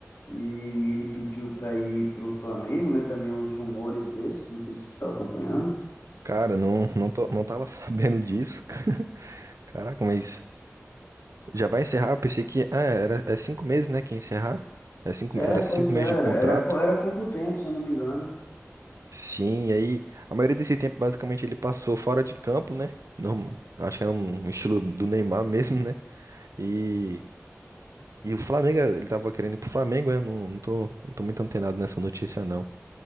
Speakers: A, on the left (about 65°); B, on the right (about 75°).
A: E ele pediu pra ir pro Flamengo, né? Também uns rumores desses, não sei se você tá acompanhando.
B: Cara, não, não, tô- não tava <laughs> sabendo disso. <laughs> Caraca, mas já vai encerrar? Eu pensei que ah, era, é cinco meses, né, que ia encerrar. É cinco,
A: É,
B: me- era
A: pois
B: cinco meses
A: é, era.
B: de contrato.
A: Era, pou- era pouco tempo, se eu não me engano.
B: Sim, e aí a maioria desse tempo basicamente ele passou fora de campo, né? Não, acho que é um estilo do Neymar mesmo, né? E, e o Flamengo, ele tava querendo ir pro Flamengo, né? Não, não tô, não tô muito antenado nessa notícia, não.